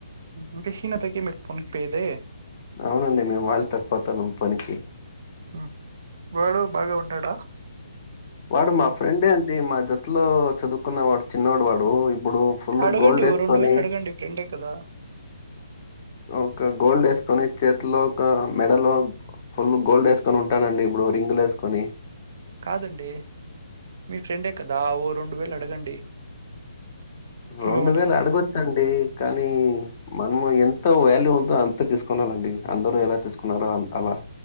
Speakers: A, on the right (about 55°); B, on the left (about 35°).
A: అంటే షీనాతకి మీరు ఫోన్ పేదే
B: అవునండి మేము వాళ్ళతోపోతం పనికి
A: ఆ వాడు బాగా ఉంటాడా
B: వాడు మా ఫ్రెండే అండి మా జట్టులో చదువుకున్న వాడు చినోడు వాడు ఇప్పుడు ఫుల్
A: అడగండి
B: గోల్డ్ ఏసుకొని
A: ఓ రెండు వేలు అడగండి ఫ్రెండే కదా
B: ఒక గోల్డ్ వేసుకొని చేతిలో ఒక మెడలో ఫుల్ గోల్డ్ వేసుకొని ఉంటాడండి ఇప్పుడు రింగ్ లు వేసుకొని
A: కాదండి మీ ఫ్రెండే కదా ఓ రెండు వేలు అడగండి
B: రెండు
A: ఇవ్వమని
B: వేలు అడగొచ్చండి కానీ మనము ఎంత వాల్యూ ఉందో అంత తీసుకునానండి అందరు ఎలా తీసుకున్నారో అలా